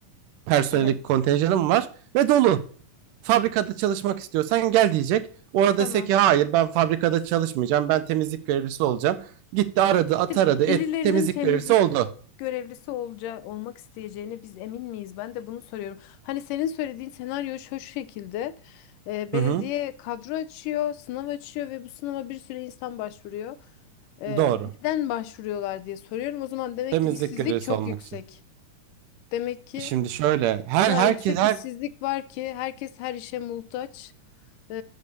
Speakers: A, on the right; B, on the left.
A: personeli
B: Evet.
A: kontenjanım var ve dolu fabrikada çalışmak istiyorsan gel diyecek. Orada
B: Tamam.
A: dese ki hayır ben fabrikada çalışmayacağım. Ben temizlik görevlisi olacağım. Gitti aradı
B: İşte
A: at aradı etti
B: birilerinin
A: temizlik
B: temizlik
A: görevlisi oldu.
B: görevlisi olacağı, olmak isteyeceğine biz emin miyiz? Ben de bunu soruyorum. Hani senin söylediğin senaryo şu şekilde. Eee, belediye
A: Hı hı,
B: kadro açıyor, sınav açıyor ve bu sınava bir sürü insan başvuruyor. Eee,
A: doğru.
B: neden başvuruyorlar diye soruyorum. O zaman demek
A: Temizlik
B: ki işsizlik
A: görevlisi
B: çok
A: olmak
B: yüksek.
A: için.
B: Demek ki
A: Şimdi şöyle her
B: O kadar
A: herkes
B: yüksek
A: her
B: işsizlik var ki herkes her işe muhtaç. Ee,